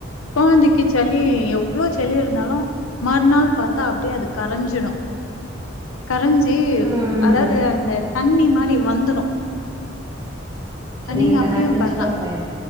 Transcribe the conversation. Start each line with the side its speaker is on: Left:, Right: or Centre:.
Left: கொழந்தைக்கி சளி எவ்ளோ சளி இருந்தாலு மற்நாள் பாத்தா அப்டியே அது கரஞ்சிடு கரஞ்சி
Right: ம்
Left: அதாவ்து அந்த தண்ணி மாரி வந்துடு
Right: சரிங்கக்கா
Left: அ நீங்க அப்டியு
Right: நா செஞ்சு
Left: பண்லா
Right: பாக்குறே